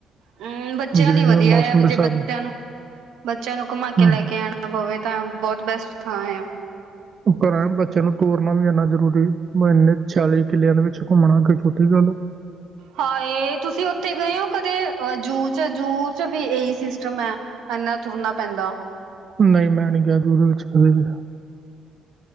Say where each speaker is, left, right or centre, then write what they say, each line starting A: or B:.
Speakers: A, on the right; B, on the right.
A: ਹੂੰ, ਬੱਚੇਆਂ
B: ਜਿਵੇਂ
A: ਲਈ
B: ਜਿਵੇਂ
A: ਵਦਿਆ
B: ਮੌਸਮ
A: ਯਾ
B: ਦੇ
A: ਜੇ
B: ਹਿਸਾਬ
A: ਬੱਚੇਆਂ
B: ਨਾਲ
A: ਨੂ, ਬੱਚੇਆਂ ਨੂੰ ਕੁਮਾ ਕੇ
B: ਹੂੰ
A: ਲੈ ਕੇ ਆਣਾ ਪਵੇ ਤਾਂ ਬੋਤ ਬੈਸਟ ਥਾਂਯਾ।
B: ਘੱਰਾਂ ਬੱਚੇਆਂ ਨੂੰ ਟੋਰਨਾ ਵੀ ਐਨਾ ਜਰੂਰੀ, ਓ ਇਨੇ ਛਿਆਲੀ ਕਿਲਿਆਂ ਦੇ ਵਿਚ ਘੁੰਮਣਾ ਕੋਈ ਛੋਟੀ ਗਾੱਲ ਆ
A: ਹਾਏ, ਤੁਸੀ ਓਥੇ ਗਏ ਓ ਕਦੇ ਅ ਜੂ ਚ, ਜੂ ਚ ਵੀ ਏਈ ਸਿਸਟਮ ਐ। ਐਨਾ ਤੁਰਨਾ ਪੈਂਦਾ
B: ਨਈ, ਮੈ ਨੀ ਗੇਆ ਜੂ ਦੇ ਵਿੱਚ ਕਦੇ ਵੀ।